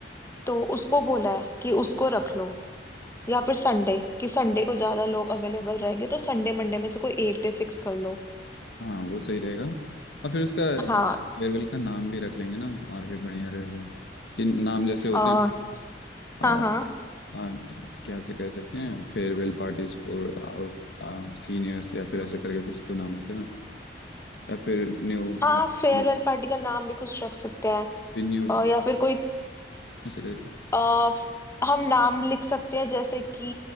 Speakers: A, on the left; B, on the left.
A: तो उसको बोला है कि उसको रख लो या फिर संडे कि संडे को ज्यादा लोग अवेलेबल रहेंगे तो संडे मंडे में से कोई एक डे फिक्स कर लो
B: हाँ वो सही रहेगा और फिर उसका
A: हाँ
B: फेयरवेल का नाम भी रख लेंगे ना और भी बढ़िया रहेगा कि नाम जैसे होते
A: अ,
B: हैं
A: हाँ हाँ
B: हाँ कैसे कह सकते हैं farewell parties for our seniors या फिर ऐसे करके कुछ तो नाम थे ना या फिर न्यू
A: हाँ
B: हैप्पी
A: फेयरवेल पार्टी का नाम भी कुछ रख सकते हैं
B: न्यू
A: अ, या फिर कोई
B: ऐसे करके
A: अ, हम नाम लिख सकते हैं जैसे कि